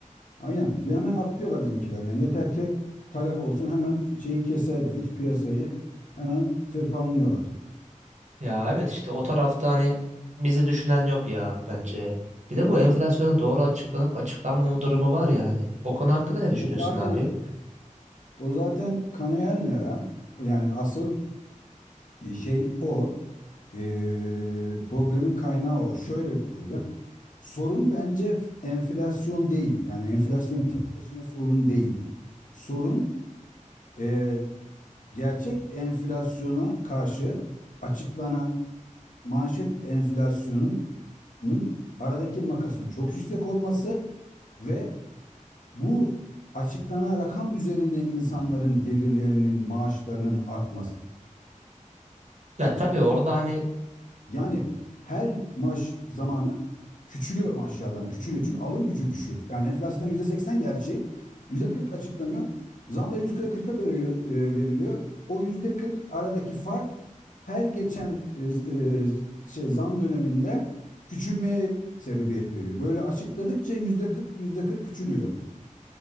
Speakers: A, on the left; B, on the right.
A: Aynen. Bir hemen atlıyorlar bizimkiler. Yani yeter ki talep olsun hemen şeyi keserler. iç piyasayı hemen tırpanlıyorlar.
B: Ya evet işte o tarafta hani bizi düşünen yok ya abi bence. Bir de bu enflasyonun doğru açıklanıp açıklanmama durumu var ya hani. O konu hakkında ne düşünüyorsun
A: O zaten
B: abi?
A: O zaten kanayan yara. Yani asıl e, şey o. Ee, problemin kaynağı o. Şöyle koyayım. Sorun bence f- enflasyon değil. Yani enflasyon tek başına sorun değil. Sorun e, gerçek enflasyona karşı açıklanan manşet enflasyonunun aradaki makasın çok yüksek olması ve bu açıklanan rakam üzerinde insanların gelirlerinin, maaşlarının artması.
B: Ya tabii orada hani
A: Yani her maaş zamanı küçülüyor maaşı adam, küçülüyor. Çünkü alım gücü düşüyor. Yani enflasyon yüzde seksen gerçeği, yüzde kırk açıklanıyor. Zam da yüzde kırka göre e, veriliyor. O yüzde kırk aradaki fark her geçen e, e, şey zam döneminde küçülmeye sebebiyet veriyor. Böyle açıkladıkça yüzde kırk, yüzde kırk küçülüyor.